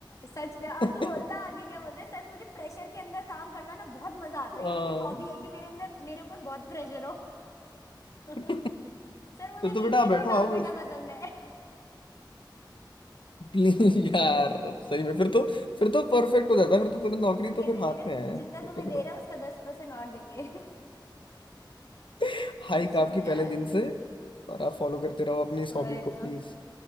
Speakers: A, on the left; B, on the left.
A: सच में
B: तुरंत
A: और तू बोलता
B: <laughs>
A: आगे क्या बोलता है सर मुझे प्रेशर के अंदर काम करना ना बहुत मजा आता है
B: हाँ।
A: ये मेरी हॉबी है कि मेरे अंदर मेरे ऊपर बहुत प्रेशर हो <laughs>
B: <laughs>
A: सर मुझे
B: तो तो
A: वीकेंड
B: बेटा आप बैठो
A: में काम
B: आओ
A: करना पसंद है
B: <laughs> प्लीज
A: <laughs>
B: यार सही में फिर तो फिर तो परफेक्ट हो जाता है फिर तो तुरंत नौकरी
A: तो कहते
B: तो फिर
A: बेटा
B: हाथ में है
A: तुम जितना
B: फिर
A: तुम्हें
B: तो करो
A: दे रहा है उसका दस परसेंट और देंगे <laughs>
B: <laughs> हाइक
A: सच
B: आपकी
A: में
B: पहले
A: यार
B: दिन से और आप फॉलो करते रहो अपनी इस
A: वही
B: हॉबी को
A: तो
B: प्लीज